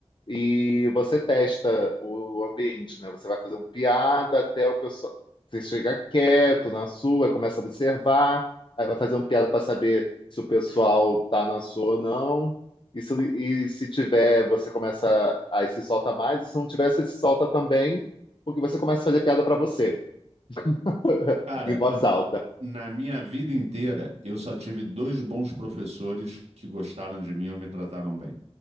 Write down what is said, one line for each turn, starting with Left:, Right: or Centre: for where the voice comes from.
Left: e você testa o ambiente, né? Você vai fazer uma piada até o pessoal. Você chega quieto na sua, começa a observar, aí vai fazer uma piada para saber se o pessoal tá na sua ou não. E se, e se tiver, você começa. Aí se solta mais, e se não tiver, você se solta também, porque você começa a fazer piada para você, <laughs>
Right: Cara,
Left: em voz
Right: n-
Left: alta.
Right: na minha vida inteira, eu só tive dois bons professores que gostaram de mim e me trataram bem.